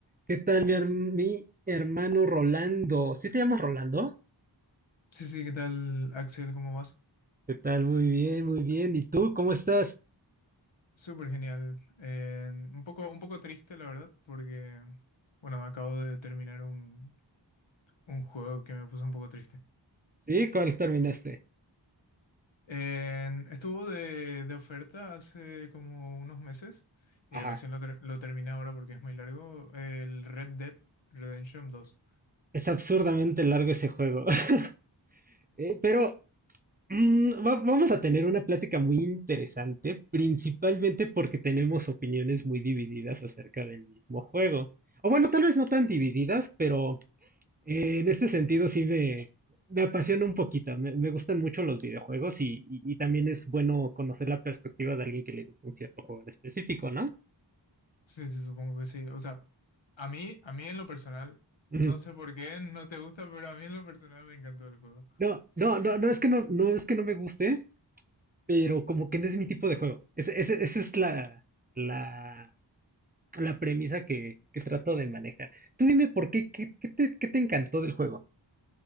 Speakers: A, on the right (about 20°); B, on the left (about 85°).
A: ¿Qué tal mi, her- mi hermano Rolando? ¿Sí te llamas Rolando?
B: Sí, sí, ¿qué tal, Axel? ¿Cómo vas?
A: ¿Qué tal? Muy bien, muy bien. ¿Y tú cómo estás?
B: Súper genial. Eh, un poco, un poco triste, la verdad, porque, bueno, acabo de terminar un, un juego que me puso un poco triste.
A: ¿Sí? ¿Cuál terminaste?
B: Eh, estuvo de, de oferta hace como unos meses y
A: Ajá.
B: recién lo, ter- lo terminé ahora porque es muy largo, el Red Dead Redemption dos
A: Es absurdamente largo ese juego. <laughs> Eh, pero mm, va- vamos a tener una plática muy interesante, principalmente porque tenemos opiniones muy divididas acerca del mismo juego. O bueno, tal vez no tan divididas, pero Eh, en este sentido, sí me, me apasiona un poquito. Me, me gustan mucho los videojuegos y, y- y también es bueno conocer la perspectiva de alguien que le gusta un cierto juego en específico, ¿no?
B: Sí, sí, supongo que sí. O sea, a mí, a mí en lo personal,
A: Ujú.
B: no sé por qué no te gusta, pero a mí en lo personal me encantó el juego.
A: No, no, no, no es que no, no es que no me guste, pero como que no es mi tipo de juego. Ese- ese- Esa es la, la, la premisa que, que trato de manejar. Tú dime por qué, qué, qué te, qué te encantó del juego.